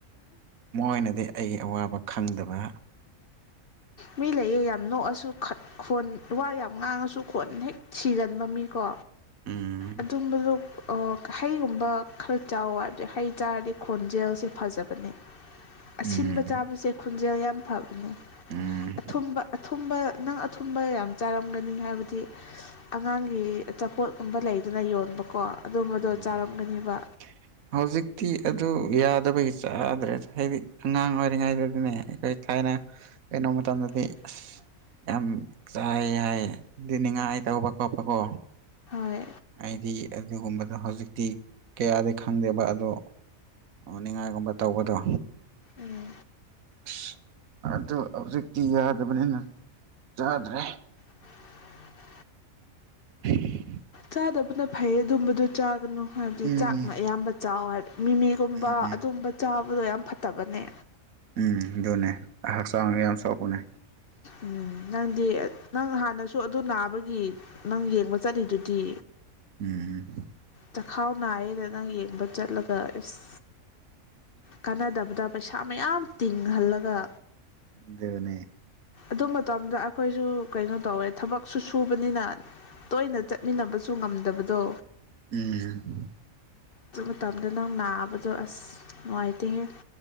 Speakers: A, on the right; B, on the left.
A: ꯃꯣꯏꯅꯗꯤ ꯑꯩꯒꯤ ꯑꯋꯥꯕ ꯈꯪꯗꯕ
B: ꯃꯤ ꯂꯩꯌꯦ ꯌꯥꯝ ꯅꯣꯛꯑꯁꯨ ꯈꯣꯟ ꯋꯥ ꯌꯥꯝ ꯉꯥꯡꯉꯁꯨ ꯈꯣꯟ ꯍꯦꯛ ꯁꯤꯒꯅꯤ ꯃꯃꯤꯀꯣ
A: ꯎꯝ
B: ꯑꯗꯨꯝꯕꯗꯨꯣ ꯍꯩꯒꯨꯝꯕ ꯈꯔ ꯆꯥꯎꯋꯕꯗꯤ ꯍꯩ ꯆꯥꯔꯗꯤ ꯈꯣꯟꯖꯦꯜꯁꯦ ꯐꯖꯕꯅꯦ ꯑꯁꯤꯟꯕ
A: ꯎꯝ
B: ꯆꯥꯕꯁꯦ ꯈꯣꯟꯖꯦꯜ ꯌꯥꯝ ꯐꯕꯅꯦ
A: ꯎꯝ
B: ꯑꯊꯨꯝꯕ ꯑꯊꯨꯝꯕ ꯅꯪ ꯑꯊꯨꯝꯕ ꯌꯥꯝ ꯆꯥꯔꯝꯒꯅꯤ ꯍꯥꯏꯕꯗꯤ ꯑꯉꯥꯡꯒꯤ ꯑꯆꯥꯄꯣꯠꯀꯨꯝꯕ ꯂꯩꯗꯅ ꯌꯣꯟꯕꯀꯣ ꯑꯗꯨꯝꯕꯗꯣ
A: ꯎꯝ
B: ꯆꯥꯔꯝꯒꯅꯤꯕ
A: ꯍꯧꯖꯤꯛꯇꯤ ꯑꯗꯨ ꯌꯥꯗꯕꯒꯤ ꯆꯥꯗ꯭ꯔꯦ ꯍꯥꯏꯗꯤ ꯑꯉꯥꯡ ꯑꯣꯏꯔꯤꯉꯩꯗꯗꯤꯅꯦ ꯑꯩꯈꯣꯏ ꯊꯥꯏꯅ ꯀꯩꯅꯣ ꯃꯇꯝꯗꯗꯤ
B: <inaudible>
A: ꯑꯁ ꯌꯥꯝ ꯆꯥꯏ ꯍꯥꯏ ꯅꯤꯡꯉꯥꯏ ꯇꯧꯕ ꯈꯣꯠꯄ ꯀꯣ
B: ꯍꯣꯏ
A: ꯍꯥꯏꯗꯤ ꯑꯗꯨꯒꯨꯝꯕꯗꯣ ꯍꯧꯖꯤꯛꯇꯤ ꯀꯌꯥꯗ ꯈꯪꯗꯦꯕ ꯑꯗꯣ ꯅꯤꯡꯉꯥꯏꯒꯨꯝꯕ ꯇꯧꯕꯗꯣ
B: ꯎꯝ
A: ꯑꯁ ꯑꯗꯨ ꯍꯧꯖꯤꯛꯇꯤ ꯌꯥꯗꯕꯅꯤꯅ ꯆꯥꯗ꯭ꯔꯦ
B: <unintelligible>
A: <unintelligible>
B: ꯆꯥꯗꯕꯅ ꯐꯩ ꯑꯗꯨꯝꯕꯗꯨ ꯆꯥꯒꯅꯨ ꯍꯥꯏꯕꯗꯤ
A: ꯎꯝ
B: ꯆꯥꯛꯅ ꯑꯌꯥꯝꯕ ꯆꯥꯎ ꯍꯥꯏꯕꯗꯤ ꯃꯤꯃꯤꯒꯨꯝꯕ
A: ꯎꯝ
B: ꯑꯗꯨꯒꯨꯝꯕ ꯆꯥꯕꯗꯣ ꯌꯥꯝ ꯐꯠꯇꯕꯅꯦ
A: ꯎꯝ ꯑꯗꯨꯅꯦ ꯍꯛꯆꯥꯡꯒ ꯌꯥꯝ ꯆꯥꯎꯣꯛꯄꯅꯦ
B: ꯎꯝ ꯅꯪꯗꯤ ꯅꯪ ꯍꯥꯟꯅꯁꯨ ꯑꯗꯨ ꯅꯥꯕꯒꯤ ꯅꯪ ꯌꯦꯡꯕ ꯆꯠꯂꯤꯗꯨꯗꯤ
A: ꯎꯝ
B: ꯆꯈꯥꯎ ꯅꯥꯏꯌꯦꯦꯗ ꯅꯪ ꯌꯦꯡꯕ ꯆꯠꯂꯒ ꯏꯁ ꯀꯥꯟꯅꯗꯕꯗ ꯄꯩꯁꯥ ꯃꯌꯥꯝ ꯇꯤꯡꯍꯜꯂꯒ
A: ꯑꯗꯨꯅꯦ
B: ꯑꯗꯨ ꯃꯇꯝꯗ ꯑꯩꯈꯣꯏꯁꯨ ꯀꯩꯅꯣ ꯇꯧꯋꯦ ꯊꯕꯛ ꯁꯨ ꯊꯨꯕꯅꯤꯅ ꯇꯣꯏꯅ ꯆꯠꯃꯤꯟꯅꯕꯁꯨ ꯉꯝꯗꯕꯗꯣ
A: ꯎꯝ
B: ꯑꯗꯨ ꯃꯇꯝꯗ ꯅꯪ ꯅꯥꯕꯗꯣ ꯑꯁ ꯅꯨꯡꯉꯥꯏꯇꯦꯍꯦ